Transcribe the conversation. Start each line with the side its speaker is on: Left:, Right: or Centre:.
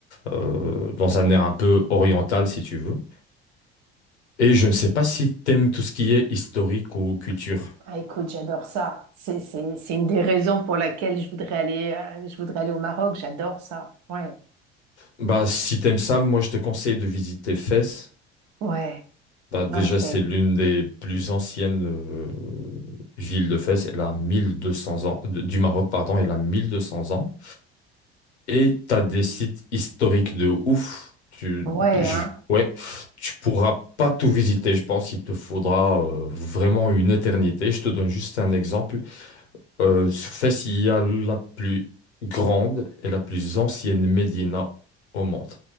Left: Euh, dans un air un peu oriental, si tu veux. Et je ne sais pas si t'aimes tout ce qui est historique ou culture.
Right: Ah, écoute, j'adore ça. C'est, c'est, c'est une des raisons pour laquelle je voudrais aller, euh, je voudrais aller au Maroc. J'adore ça. Ouais,
Left: Bah, si t'aimes ça, moi je te conseille de visiter Fès.
Right: ouais,
Left: Bah, déjà,
Right: ok.
Left: c'est l'une des plus anciennes euh, villes de Fès. Elle a 1200 ans, de- du Maroc, pardon, elle a 1200 ans. Et t'as des sites historiques de ouf. Tu,
Right: Ouais,
Left: je-
Right: hein.
Left: ouais, tu pourras pas tout visiter, je pense. Il te faudra euh, vraiment une éternité. Je te donne juste un exemple. Euh, sur Fès, il y a la plus grande et la plus ancienne médina au monde.